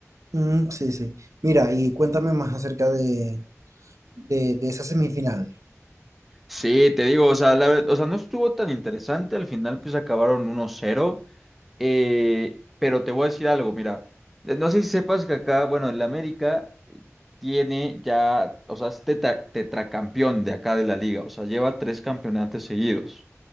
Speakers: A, on the right (about 75°); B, in the centre.
A: Mm, sí, sí. Mira, y cuéntame más acerca de, de, de esa semifinal.
B: Sí, te digo, o sea, la ve- o sea, no estuvo tan interesante. Al final pues acabaron uno cero, eh, pero te voy a decir algo, mira. eh, No sé si sepas que acá, bueno, el América tiene ya, o sea, es tetra- tetracampeón de acá de la liga. O sea, lleva tres campeonatos seguidos.